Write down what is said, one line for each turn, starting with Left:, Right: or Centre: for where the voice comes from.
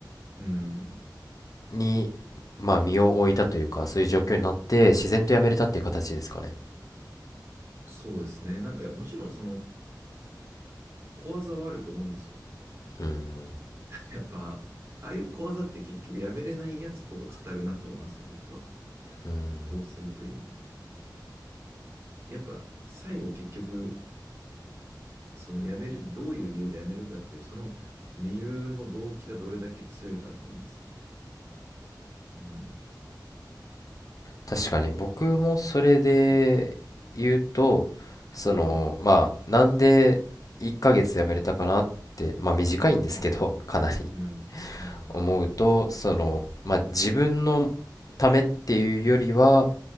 Right: うん。
Left: にまあ身を置いたというかそういう状況になって自然とやめれたっていう形ですかね
Right: そうですね。なんか、もちろんその、小技はあると思うんですよ。
Left: うん、
Right: <laughs> やっぱ、ああいう小技って結局やめれないやつほど語るなと思いますね、僕は。
Left: うん
Right: こうするといい。やっぱ、最後結局、その辞める、どういう理由で辞めるかっていう、その理由の動機がどれだけ強いかと思います。うん。
Left: 確かに僕もそれで言うとそのまあなんで1ヶ月辞めれたかなってまあ短いんですけど
Right: うん。うん。うん。
Left: <laughs> かなり
Right: うん。うん。
Left: 思うとそのまあ自分のためっていうよりは